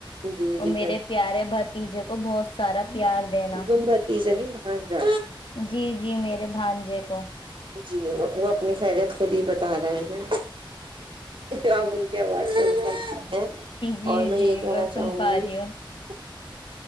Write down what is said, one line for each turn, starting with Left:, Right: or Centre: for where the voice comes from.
Right: جی
Left: اور
Right: جی
Left: میرے پیارے بھتیجے کو کو بہت سارا پیار دینا
Right: زمبتیزنی مہانجا
Left: جی جی میرے بھانجے کو
Right: جی وہ اپنی خیریت خود ہی بتا رہے ہیں ا از ہیں
Left: جی
Right: اور میں
Left: جی
Right: یہ کہنا
Left: سن
Right: چاہوں
Left: پا
Right: گی
Left: رہی
Right: <unintelligible>
Left: ہوں